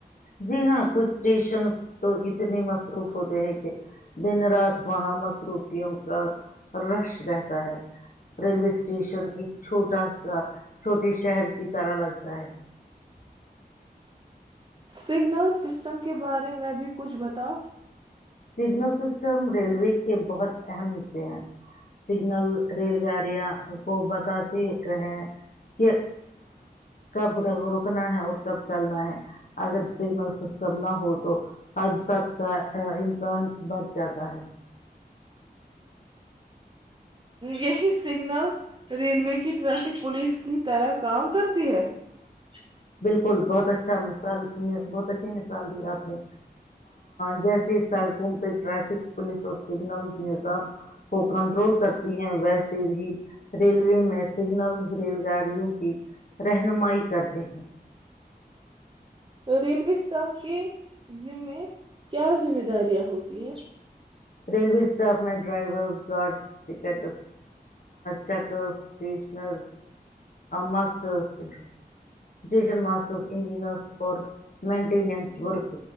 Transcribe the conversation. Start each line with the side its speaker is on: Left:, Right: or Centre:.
Left: جی ہاں کچھ اسٹیشن <unintelligible> تو اتنی مصروف ہوتے ہیں کہ دن رات <unintelligible> وہاں مصروفیوں کا رش رہتا ہے ریلوے اسٹیشن ایک چھوٹا سا چھوٹے شہر کی طرح لگتا ہے <unintelligible>
Right: سگنل سسٹم کے بارے میں بھی کچھ بتا <unintelligible>
Left: سگنل سسٹم ریلوے کے بہت اہم حصے ہیں سگنل ریل گاڑیاں کو بتاتے رہے کہ کب رکنا ہے اور کب چلنا ہے اگر سگنل سسٹم نہ ہو تو آج سات کا <unintelligible> سن بچ جاتا ہے <unintelligible>
Right: یہی سگنل ریلوے کی ٹریفک پولیس کی طرح کام کرتی ہے <unintelligible>
Left: بالکل بہت اچھا مثال بہت اچھی مثال دی آپ نے جیسے سڑکوں پہ ٹریافک پولیس اور سگنلز نظام کو کنٹرول کرتی ہیں ویسے بھی ریلوے میں سگنلز ریل گاڑیوں کی رہنمائی کر <unintelligible> جیھ ہ <inaudible>
Right: ریلوے اسٹاف کے ذمے کیا ذمہ داریاں ہوتی ہیں <unintelligible>
Left: ریلوے اسٹاف میں driver guards ticket checker stationer masters station masters engineers اور <unintelligible> مینٹیننس ورک